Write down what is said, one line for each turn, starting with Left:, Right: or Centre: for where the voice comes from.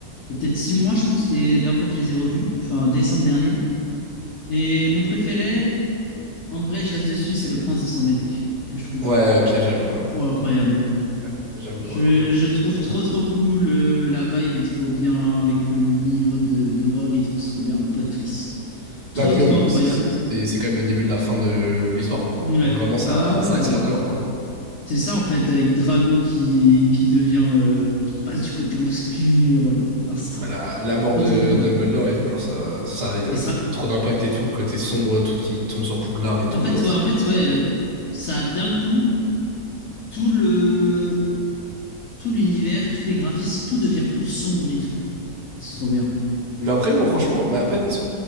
Left: Il y a peut-être six mois, je pense, les dernières fois que je les ai revus. Enfin, en décembre dernier. Et mon préféré, en vrai, je reste dessus, c'est Le Prince de Sang-Mêlé. Que je trouve
Right: Ouais, ok, j'avoue. Ouais,
Left: trop incroyable.
Right: Ouais, j'avoue
Left: Je,
Right: que pour le coup, il...
Left: je trouve
Right: il me bug.
Left: trop trop cool, euh, la vibe est trop bien avec le livre de, de Rogue et tout, c'est trop bien, le plot twist. Trop,
Right: Ah, et puis
Left: trop
Right: même, moi
Left: incroyable.
Right: aussi, c'est c'est quand même le début de la fin de l'histoire, quoi.
Left: Ouais.
Right: Donc vraiment, ça,
Left: Bah ouais.
Right: ça accélère d'un coup, quoi.
Left: C'est ça en fait, avec Drago qui, qui devient. euh, qui passe du côté obscur. Non, c'est trop,
Right: Bah, la, la mort
Left: c'est trop,
Right: de
Left: trop cool.
Right: Dumbledore et tout, genre, ça, ça a euh,
Left: C'est ça.
Right: trop d'impact et tout, le côté sombre, tout qui tombe sur Poudlard et tout,
Left: En fait,
Right: genre,
Left: ouais,
Right: c'est.
Left: en fait, ouais, euh, ça a d'un coup, tout le, tout l'univers, tous les graphismes, tout devient plus sombre et tout. C'est trop bien.
Right: Mais après, moi, franchement, bah, en fait,